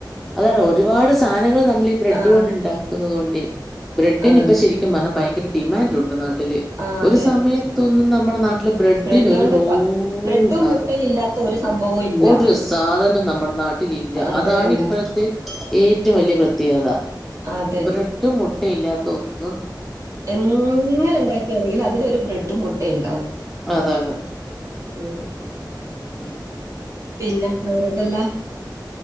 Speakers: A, in the centre; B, on the right (about 40°).
A: അതാണ് ഒരുപാട് സാധനങ്ങൾ നമ്മൾ ബ്രെഡ്
B: ആഹ്
A: കൊണ്ട് ഉണ്ടാക്കുന്നത് കൊണ്ട് ബ്രെഡിന്
B: ആഹ്
A: ഇപ്പ ശരിക്കും പറ്ഞ്ഞാ ഭയങ്കര ഡിമാൻഡ് ഉണ്ടെന്നാണ് ട്ടില്
B: ആഹ്
A: ഒരു സമയത്തൊന്നും നമ്മളെ നാട്ടില് ബ്രെഡിനൊരു
B: ബ്രെഡ് കൊണ്ട്
A: റോൾ
B: പ ബ്രെഡും
A: ഉണ്ടാ
B: മുട്ടയും ഇല്ലാത്ത ഒരു സംഭവവും ഇല്ല
A: ഒരു സാധനം നമ്മടെ നാട്ടില് ഇല്ല
B: അതെ
A: അതാണ്
B: തന്നെ
A: ഇപ്പ ദെ ഏറ്റം വല്ല്യ പ്രത്യേകത
B: അതെ
A: ബ്രെഡും മുട്ടിം ഇല്ലാത്ത ഒന്ന
B: എങ്ങനെ ഉണ്ടാക്കുകയാണെങ്കിൽ അതിലൊരു ബ്രെഡും മുട്ടയും ഉണ്ടാവും
A: അതാണ്
B: ഉം.
A: ഉ..
B: പിന്നെ വേറെ എന്തെല്ലാം